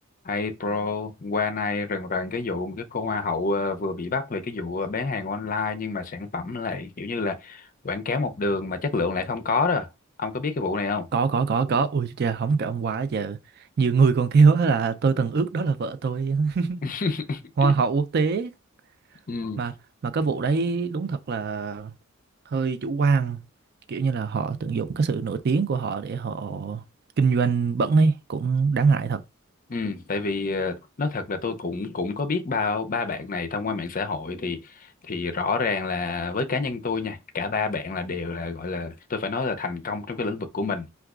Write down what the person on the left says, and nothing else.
Hey bro, qua nay rần rần cái vụ một cái cô hoa hậu ờ, vừa bị bắt về cái vụ ờ, bán hàng online nhưng mà sản phẩm lại kiểu như là quảng cáo một đường mà chất lượng lại không có đó. Ông có biết cái vụ này không?
<laughs>
Ừ,
Ừ, tại vì ờ, nói thật là tôi cũng cũng có biết ba ba bạn này thông qua mạng xã hội thì thì rõ ràng là với cá nhân tôi nha, cả ba bạn là đều là gọi là tôi phải nói là thành công trong cái lĩnh vực của mình